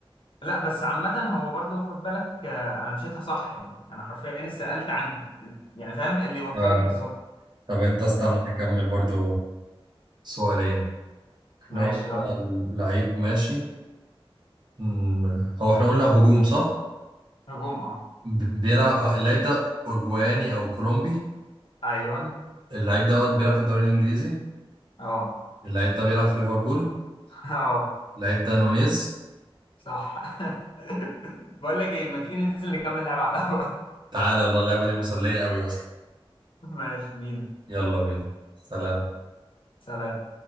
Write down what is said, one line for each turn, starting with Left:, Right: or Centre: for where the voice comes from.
Left: لا بس عامة هو برضو خد بالك آه، انا مشيتها صح يعني انا حرفيا سألت عن يعني فاهم اللي وصلني
Right: آه.
Left: بالظبط
Right: طب انت استنى
Left: طيب،
Right: نكمل برضو سؤالين احنا
Left: ماشي
Right: قلنا
Left: يلا
Right: اللعيب ماشي مم، هو احنا قلنا هجوم صح
Left: هجوم اه
Right: ب- بيلعب اللعيب ده اورجواني او كولومبي
Left: ايوه
Right: اللعيب دوت بيلعب في الدوري الانجليزي
Left: اه
Right: اللعيب ده بيلعب في ليفربول
Left: <laughs> اه
Right: اللعيب ده نونيز
Left: صح <laughs> بقول لك ايه ما تيجي ننزل نكمل لعب على القهوة
Right: تعالى يلا اللعبه دي مسليه قوي اصلا
Left: <laughs> ماشي بينا
Right: يلا بينا سلام
Left: سلام